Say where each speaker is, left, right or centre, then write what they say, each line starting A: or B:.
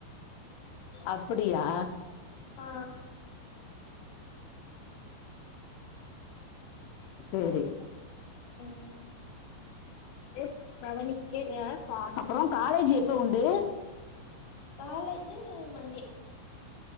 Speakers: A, on the left (about 85°); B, on the left (about 50°).
A: அப்படியா
B: ஆ
A: செரி
B: ம்
A: வந்து <unintelligible> அப்றோ காலேஜ் எப்போ உண்டு
B: college Monday